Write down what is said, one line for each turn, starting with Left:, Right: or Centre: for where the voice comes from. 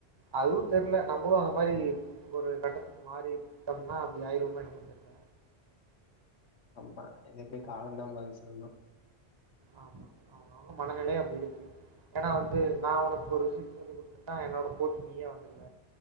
Right: அதுவு தெர்ல நம்புளு அந்த மாரி ஒரு கட்டத்துக்கு மாறிட்டம்னா அப்டி ஆய்ருவோமோ எனமோ தெர்ல
Left: ஆமா எனக்கு
Right: அது
Left: காலந்தா பதில் சொல்ணு
Right: ஆமா அவுங்க அவுங்க மனநிலை அப்டி இருக்கு எனா வந்து நா உனக்கு ஒரு விஷ்யத்த சொல்லி குடுத்தா என்னோட போட்டி நீயே வந்துருவ